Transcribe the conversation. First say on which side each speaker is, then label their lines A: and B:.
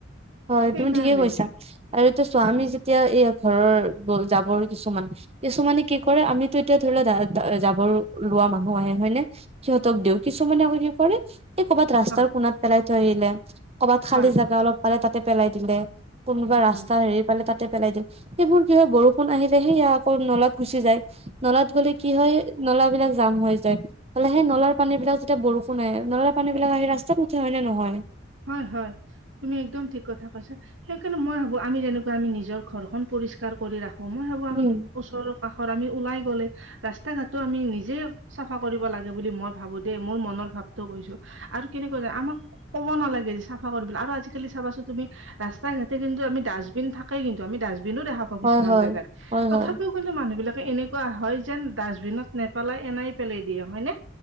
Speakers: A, on the right; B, on the right.
A: হয়,
B: সেইকাৰণে
A: তুমি ঠিকেই কৈছা। আৰু এতিয়া চোৱা আমি যেতিয়া এই ঘৰৰ জাবৰ কিছুমান, কিছুমানে কি কৰে আমি তেতিয়া ধৰি লোৱা দা দা জাবৰ লোৱা মানুহ আহে হয়নে? সিহঁতক দিও কিছুমানে আকৌ কি কৰে এই কৰ'বাত ৰাস্তাৰ
B: হয়
A: কোণাত পেলাই থৈ আহিলে, কৰবাত খালী
B: হয়
A: জাগা অলপ পালে তাতে পেলাই দিলে কোনোবা ৰাস্তা
B: হয়
A: হেৰি পালে তাতে পেলাই দিয়ে। সেইবোৰ কি হয় বৰষুণ আহিলে সেই আকৌ নলাত গুচি যায়, নলাত গলে কি হয় নলাবিলাক জাম হৈ যায় ত'লে সেই নলাৰ পানীবিলাক যেতিয়া বৰষুণ আহে, নলাৰ পানীবিলাক আহি ৰাস্তাত উঠে হয় নে নহয়?
B: হয় হয়। তুমি একদম ঠিক কথা কৈছা সেইকাৰণে মই ভাবো আমি যেনেকুৱা আমি নিজৰ ঘৰখন পৰিষ কাৰ কৰি ৰাখো, মই ভাবো আমি
A: উম
B: ওচৰৰ কাষৰ আমি ওলাই গ'লে ৰাস্তা ঘাটটো আমি নিজে চাফা কৰিব লাগে বুলি মই ভাবো দেই, মোৰ মনৰ ভাৱটো কৈছো আৰু কেনেকুৱা জান আমাক ক'ব নালাগে যে চাফা কৰিবলৈ আৰু আজিকালি চাবাচোনঁ তুমি ৰাস্তা ঘাটে কিন্তু আমি ডাষ্টবিন থাকে কিন্তু আমি ডাষ্টবিনো দেখা পাওঁ
A: হয়
B: কিছুমান
A: হয়
B: জেগাত
A: হয়
B: তথাপিও
A: হয়
B: কিন্তু মানুহবিলাকে এনেকুৱা হয় যেন ডাষ্টবিনত নেপেলাই এনেই পেলাই দিয়ে হয়নে?